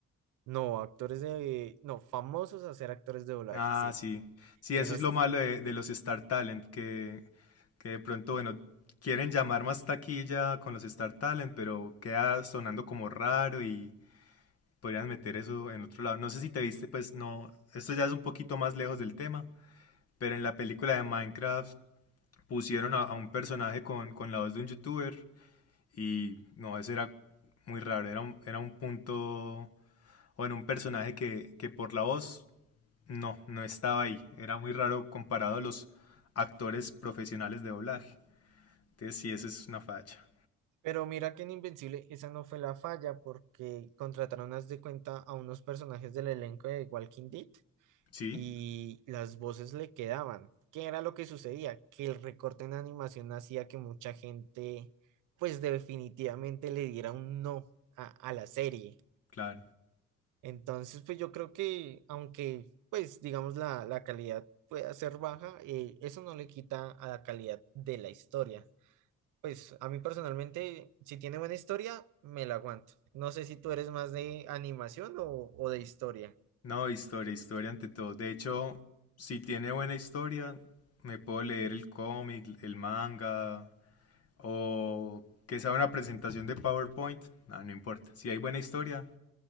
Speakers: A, on the right; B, on the left.
A: No, actores de, no, famosos a ser actores de doblaje,
B: Ah,
A: sí,
B: sí. Sí,
A: tienes,
B: eso es lo malo de, de los Star Talent, que, que de pronto, bueno, quieren llamar más taquilla con los Star Talent, pero queda sonando como raro y podrían meter eso en otro lado. No sé si te viste, pues no, esto ya es un poquito más lejos del tema, pero en la película de Minecraft pusieron a, a un personaje con, con la voz de un youtuber Y no, eso era muy raro, era un, era un punto, bueno, un personaje que, que por la voz no, no estaba ahí, era muy raro comparado a los actores profesionales de doblaje. Entonces sí, esa es una facha.
A: pero mira que en Invencible esa no fue la falla porque contrataron, haz de cuenta, a unos personajes del elenco de Walking Dead
B: Sí,
A: y las voces le quedaban. ¿Qué era lo que sucedía? Que el recorte en animación hacía que mucha gente, pues definitivamente le diera un no a, a la serie.
B: claro.
A: Entonces, pues yo creo que aunque, pues digamos, la, la calidad pueda ser baja, eh, eso no le quita a la calidad de la historia. Pues a mí personalmente, si tiene buena historia, me la aguanto. No sé si tú eres más de animación o o de historia.
B: No, historia, historia ante todo. De hecho, si tiene buena historia, me puedo leer el cómic, el manga, o que sea una presentación de PowerPoint, nada no importa. Si hay buena historia,